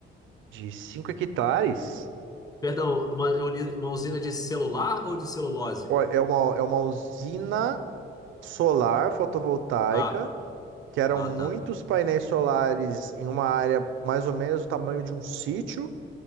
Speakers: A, on the right; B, on the left.
A: de 5 hectares.
B: Perdão, uma, uni- uma usina de celular ou de celulose?
A: Ó, É uma, é uma usina solar fotovoltaica,
B: Ah,
A: que eram
B: ah,
A: muitos
B: tá.
A: painéis solares em uma área mais ou menos do tamanho de um sítio.